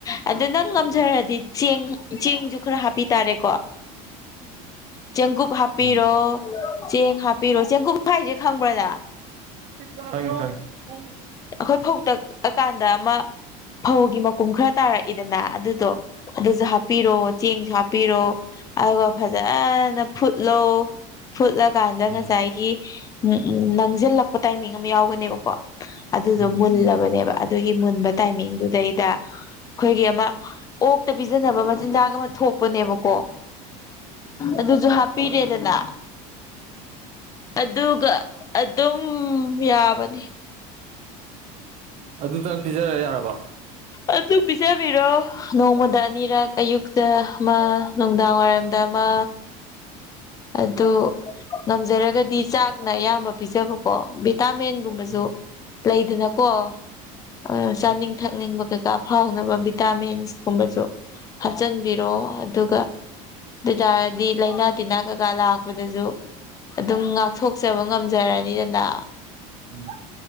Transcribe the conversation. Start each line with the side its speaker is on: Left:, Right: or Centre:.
Left: ꯑꯗꯨ ꯅꯪ ꯉꯝꯖꯔꯗꯤ ꯆꯦꯡ ꯆꯦꯡꯖꯨ ꯈꯔ ꯍꯥꯞꯄꯤ ꯇꯥꯔꯦꯀꯣ ꯆꯦꯡꯀꯨꯞ ꯍꯥꯞꯄꯤꯔꯣ
Right: ꯎꯝ
Left: ꯆꯦꯡ ꯍꯥꯞꯄꯤꯔꯣ ꯆꯦꯡꯀꯨꯞ ꯍꯥꯏꯖꯩ ꯈꯪꯕ꯭ꯔ ꯅꯪ
Right: ꯇꯥꯢ <unintelligible>
Left: ꯑꯩꯈꯣꯏ ꯐꯧ ꯇꯛꯑꯀꯥꯟꯗ ꯑꯃ ꯐꯧꯒꯤ ꯃꯀꯨꯝ ꯈꯔ ꯇꯥꯔꯛꯏꯗꯅ ꯑꯗꯨꯗꯣ ꯑꯗꯨꯁꯨ ꯍꯥꯞꯄꯤꯔꯣ ꯆꯦꯡꯖꯨ ꯍꯥꯞꯄꯤꯔꯣ ꯑꯗꯨꯒ ꯐꯖꯅ ꯐꯨꯠꯂꯣ ꯐꯨꯠꯂꯀꯥꯟꯗ
Right: ꯎꯝ
Left: ꯉꯁꯥꯏꯒꯤ ꯎꯝ ꯅꯪꯖꯤꯜꯂꯛꯄ ꯇꯥꯏꯃꯤꯡ ꯑꯃ ꯌꯥꯎꯒꯅꯦꯕ ꯀꫭ ꯑꯗꯨꯗꯣ
Right: ꯎꯝ ꯎꯝ
Left: ꯃꯨꯜꯂꯕꯅꯦꯕ ꯑꯗꯨꯒꯤ ꯃꯨꯟꯕ ꯇꯥꯏꯃꯤꯡꯗꯨꯗꯩꯗ ꯑꯩꯈꯣꯏꯒꯤ ꯑꯃ ꯑꯣꯛꯇ ꯄꯤꯖꯅꯕ ꯃꯆꯤꯟꯖꯥꯛ ꯑꯃ ꯊꯣꯛꯄꯅꯦꯕꯀꯣ ꯑꯗꯨꯁꯨ ꯍꯥꯞꯄꯤꯔꯦꯗꯅ ꯑꯗꯨꯒ ꯑꯗꯨꯝ ꯌꯥꯕꯅꯤ
Right: ꯑꯗꯨ ꯇꯛ ꯄꯤꯖꯔ ꯌꯥꯔꯕꯣ
Left: ꯑꯗꯨ ꯄꯤꯖꯕꯤꯔꯣ ꯅꯣꯡꯃꯗ ꯑꯅꯤꯔꯛ ꯑꯌꯨꯛꯇ ꯑꯃ ꯅꯨꯡꯗꯥꯡꯋꯥꯏꯔꯝꯗ ꯑꯃ ꯑꯗꯨ ꯉꯝꯖꯔꯒꯗꯤ ꯆꯥꯛꯅ ꯑꯌꯥꯝꯕ ꯄꯤꯖꯕꯀꯣ ꯚꯤꯇꯥꯃꯦꯟꯒꯨꯝꯕꯖꯨ
Right: ꯎꯝ
Left: ꯂꯩꯗꯅꯀꯣ ꯑꯗꯨꯅ ꯆꯥꯅꯤꯡ
Right: ꯎꯝ
Left: ꯊꯛꯅꯤꯡꯕ ꯀꯩꯀꯥ ꯐꯥꯎꯅꯕ ꯚꯤꯇꯥꯃꯤꯟꯁ ꯀꯨꯝꯕꯁꯨ ꯍꯥꯞꯆꯟꯕꯤꯔꯣ ꯑꯗꯨꯒ ꯑꯗꯨꯏ ꯇꯥꯔꯗꯤ ꯂꯥꯏꯅꯥ ꯇꯤꯟꯅꯥ ꯀꯀꯥ ꯂꯥꯛꯄꯗꯖꯨ ꯑꯗꯨꯝ ꯉꯥꯛꯊꯣꯛꯆꯕ ꯉꯝꯖꯔꯅꯤꯗꯅ
Right: ꯎꯝ